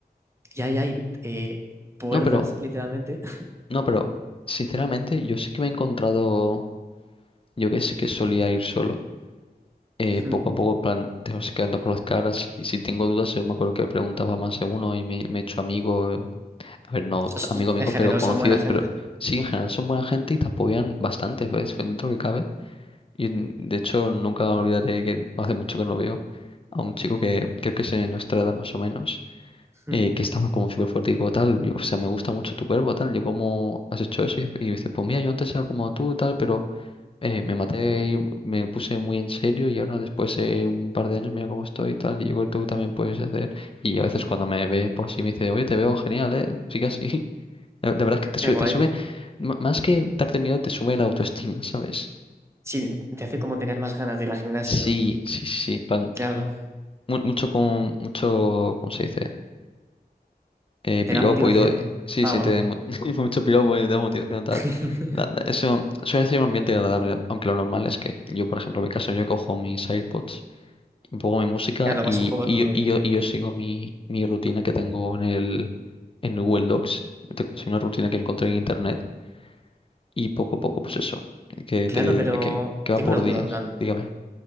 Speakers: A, on the right (about 15°); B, on the left (about 35°).
A: y ahí hay eh, puertas,
B: No, pero,
A: literalmente. <laughs>
B: no, pero, sinceramente, yo sí que me he encontrado, yo que sí que solía ir solo, eh, poco
A: Mm.
B: a poco, en plan, te vas quedando con las caras, y si tengo dudas, yo me acuerdo que preguntaba más de uno y me, me he hecho amigo, A ver, no
A: Os-
B: amigo, amigo,
A: En general
B: pero conocido,
A: son buena gente.
B: pero sí, en general son buena gente y te apoyan bastante, ¿ves? Dentro que cabe. Y mm, de hecho nunca olvidaré que no hace mucho que no veo a un chico que creo que es de nuestra edad más o menos,
A: <laughs>
B: eh,
A: Mm.
B: que estaba como súper fuerte y digo, tal, yo, o sea, me gusta mucho tu cuerpo, tal, yo cómo has hecho eso. Y, y dice, pues mira, yo antes era como tú, tal, pero eh, me maté y me puse muy en serio y ahora después de un par de años mira cómo estoy y tal, y yo creo que tú también puedes hacer. Y a veces cuando me ve por sí me dice, oye, te veo genial, ¿eh? Sigue así. La, la verdad es que te sube,
A: Qué guay.
B: te sube, m- más que darte miedo, te sube la autoestima, ¿sabes?
A: Sí, te hace como tener más ganas de ir al gimnasio.
B: Sí, sí, sí, plan,
A: Claro.
B: mu- mucho con, mucho, ¿cómo se dice? Eh,
A: Te
B: piropo
A: da motivación.
B: y todo, sí,
A: Ah,
B: sí,
A: bueno.
B: te da <laughs> mucho piropo y te da motivación tal.
A: <laughs>
B: La- la- eso suele ser un ambiente agradable, aunque lo normal es que yo, por ejemplo, en mi caso, yo cojo mis AirPods, pongo mi música
A: Claro,
B: y,
A: pasa un poco
B: y,
A: tu rollo.
B: yo, y yo y yo sigo mi, mi rutina que tengo en el, en Google Docs. Tengo así una rutina que encontré en internet y poco a poco, pues eso, que,
A: Claro,
B: te,
A: pero
B: que, que va
A: tengo
B: por
A: una duda,
B: días,
A: en plan,
B: dígame.